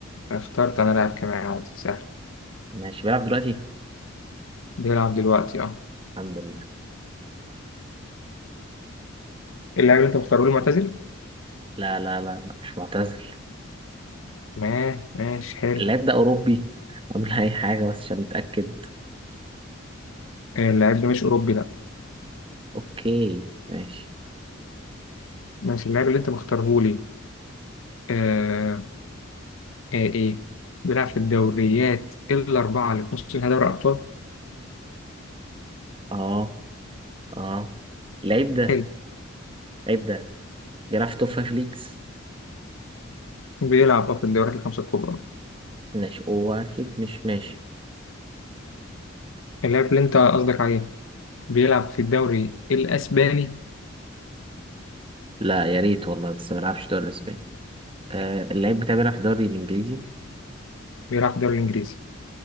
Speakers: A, on the left; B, on the right.
A: اخترت أنا لاعب كمان عادي سهل
B: ماشي بيلعب دلوقتي
A: بيلعب دلوقتي اه
B: الحمد لله
A: اللاعب اللي انت مختاره لي معتزل؟
B: لا لا لا لا، مش معتزل
A: ما ماشي حلو
B: اللاعب ده أوروبي قبل أي حاجة بس عشان نتأكد
A: آه، اللاعب ده مش أوروبي لا
B: أوكي ماشي
A: ماشي اللاعب اللي انت مختاره لي آه آه إيه بيلعب في الدوريات الأربعة اللي في نص نهائي دوري الأبطال
B: أه أه اللعيب ده
A: حلو
B: اللعيب ده بيلعب في توب فايف ليجز
A: بيلعب اه في الدوريات الخمسة الكبرى
B: ماشي هو أكيد مش ماشي
A: اللاعب اللي انت قصدك عليه بيلعب في الدوري الأسباني
B: لا يا ريت والله بس ما بيلعبش دوري الإسباني آه، اللعيب بتاعي بيلعب في الدوري الإنجليزي
A: بيلعب في الدوري الإنجليزي